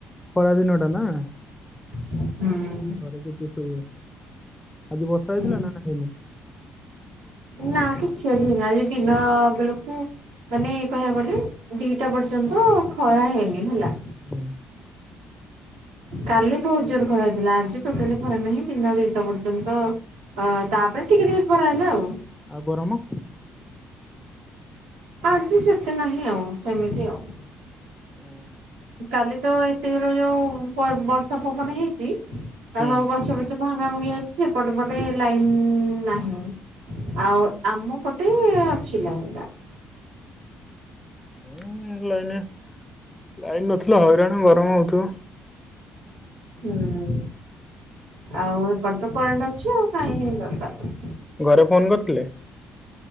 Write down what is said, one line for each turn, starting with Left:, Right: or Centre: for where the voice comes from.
Left: ଖରା ଦିନଟା ନାଁ।
Right: ହୁଁ।
Left: ଘରେ <unintelligible> ଆଜି ବର୍ଷା ହେଇଥିଲାନା
Right: ହୁଁ।
Left: ନାଁ ହେଇନି?
Right: ନା କିଛି ଆଜି ହେଇନି ଆଜି ଦିନ ବେଳକୁ ମାନେ କହିଆକୁ ଗଲେ ଦିଟା ପର୍ଯ୍ୟନ୍ତ ଖରା ହେଇନି ହେଲା।
Left: ହୁଁ।
Right: କାଲି ବହୁତୁ ଜୋର ଖରା ହେଇଥିଲା ଆଜି ଟୋଟାଲି ଖରା ନାହିଁ ଦିନ ଦିଟା ପର୍ଯ୍ୟନ୍ତ। ହଁ ଅ ତାପରେ ଟିକେ ଟିକେ ଖରା ହେଲା ଆଉ।
Left: ଆଉ ଗରମ?
Right: ଆଜି ସେତେ ନାହିଁ ଆଉ ସେମିତି ଆଉ।
Left: ଉଁ।
Right: କାଲି ତ ଏତେ ଜୋର ଯୋଉ ପ ବର୍ଷା ପବନ ହେଇଚି।
Left: ହୁଁ।
Right: ଗଛ ଫଛ ଭାଙ୍ଗା ଭାଙ୍ଗି ଅଛି ସେପଟେ ପଟେ ଲାଇନି ନାହିଁ। ଆଉ ଆମ ପଟେ ଅଛି ଲାଇନ୍ ଟା।
Left: ହୁଁ ଲାଇନେ। ଲାଇନି ନଥିଲେ ହଇରାଣ ଗରମ ହଉଥିବ।
Right: ହୁଁ। ଆଉ ଏପଟ ତ କରେଣ୍ଟ ଅଛି ଆଉ କାହିଁ ଦରକାର ତାଙ୍କୁ।
Left: ଘରେ ଫୋନ୍ କରିଥିଲେ?